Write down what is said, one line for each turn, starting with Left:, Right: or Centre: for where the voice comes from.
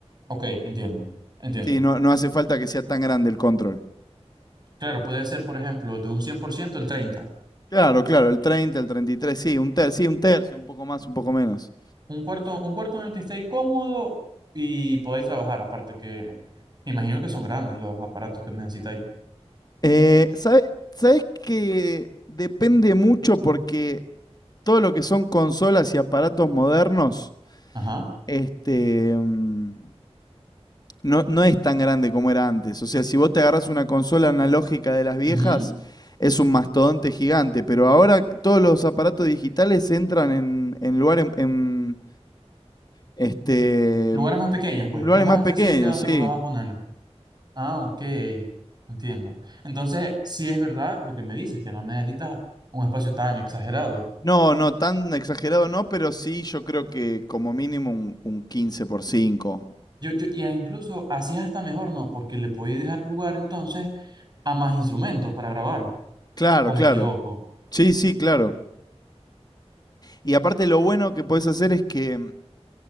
Right: Ok, entiendo, entiendo.
Left: Sí, no, no hace falta que sea tan grande el control.
Right: Claro, puede ser, por ejemplo, de un 100% el 30.
Left: Claro, claro, el treinta el 33 sí, un tercio, sí, un tercio, un poco más, un poco menos.
Right: Un cuarto, un cuarto en el que estéis cómodo y podáis trabajar, aparte que me imagino que son grandes los aparatos que necesitáis.
Left: Eh, sabes ¿sabés, que depende mucho porque todo lo que son consolas y aparatos modernos,
Right: Ajá.
Left: este, mm, no, no es tan grande como era antes. O sea, si vos te agarras una consola analógica de las viejas,
Right: ujú.
Left: es un mastodonte gigante, pero ahora todos los aparatos digitales entran en, en lugares en, este
Right: Lugares más pequeños, pues.
Left: lugares
Right: Es más
Left: más
Right: accesible
Left: pequeños,
Right: donde
Left: sí.
Right: lo vas a poner. Ah, ok, entiendo. Entonces, sí es verdad lo que me dices, que no necesitas un espacio tan exagerado.
Left: No, no, tan exagerado no, pero sí yo creo que como mínimo un, un 15 por cinco
Right: Yo, yo, y a- incluso así es hasta mejor, ¿no? Porque le podéis dejar lugar entonces a más instrumentos para grabar,
Left: Claro,
Right: ¿o me
Left: claro.
Right: equivoco?
Left: Sí, sí, claro. Y aparte lo bueno que podés hacer es que,